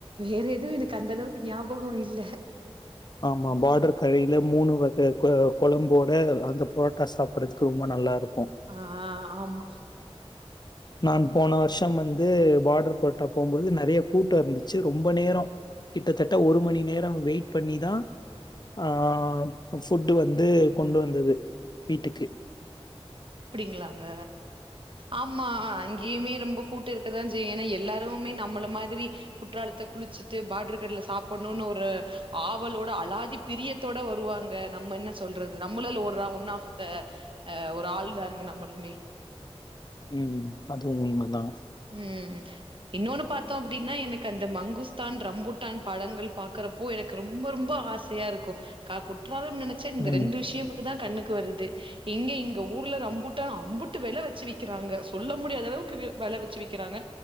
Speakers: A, on the right; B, on the left.
A: வேற எதுவும் எனக்கு அந்த அளவுக்கு ஞாபகம் இல்ல
B: ஆமா பார்டர் கழையில மூணு வகை குழம்போட அந்த புரோட்டா சாப்பறதுக்கு ரொம்ப நல்லா இருக்
A: ஆ ஆ ஆமா
B: நான் போன வருஷம் வந்து பார்டர் புரோட்டா போபோது நறைய கூட்டம் இருந்துச்சு ரொம்ப நேரம் கிட்டத்தட்ட ஒரு மணி நேரம் வெயிட் பண்ணிதான் ஆ ஃபுட்டு வந்து கொண்டு வந்தது வீட்டுக்கு
A: அடிங்களாங்க ஆமா அங்கேயுமே ரொம்ப கூட்டு இருக்கதான் செய்யும் ஏன்னா எல்லாருமே நம்மள மாதிரி குற்றாலத்தை குளிச்சுட்டு பார்டரு கடைல சாப்பிடணும்னு ஒரு ஆவலோட அலாதி பிரியத்தோட வருவாங்க நம்ம என்ன சொல்றது நம்மள ஒ ஆப் த ஒரு ஆள் தானே நம்மளுமே
B: ம்ம் அதுவும் உண்மைதான்
A: உம் இன்னொன்னு பார்த்தோம் அப்படின்னா எனக்கு அந்த மங்குஸ்தான் ரம்புட்டான் படங்கள் பாக்குறப்போ எனக்கு ரொம்ப ரொம்ப ஆசையா இருக்கும் கா நான் நினைச்சேன் இந்த
B: ம்,
A: ரெண்டு விஷயம் பட்டு தான் கண்ணுக்கு வருது எங்க இங்க ஊர்ல அம்புட்ட அம்புட்டு வெலை வச்சு வைக்கிறாங்க சொல்ல முடியாத அளவுக்கு வெலை வச்சு வக்கிறாங்க